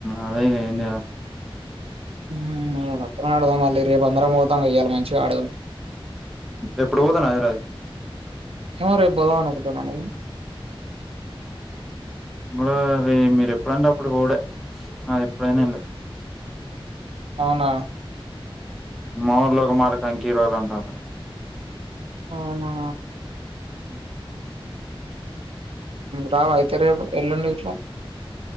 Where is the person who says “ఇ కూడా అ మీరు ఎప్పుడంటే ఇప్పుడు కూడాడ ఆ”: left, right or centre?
Centre